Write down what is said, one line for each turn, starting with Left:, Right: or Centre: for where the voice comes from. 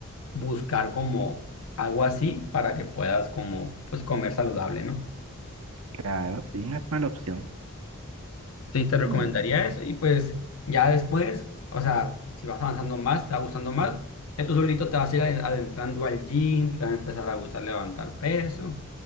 Left: buscar como algo así para que puedas como pues comer saludable, ¿no?
Right: Claro, sí, no es mala opción.
Left: Sí, te recomendaría
Right: Mm.
Left: eso y pues ya después, o sea, si vas avanzando más, te va gustando más, ya tú solito te vas a ir aden- adentrando al gym, te va a empezar a gustar levantar peso